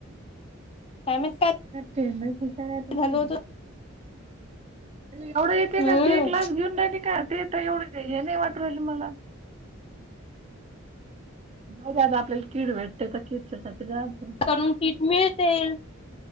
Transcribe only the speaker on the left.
काय माहित काय?
झालं होत
हम्म
कडून किट मिळत्ये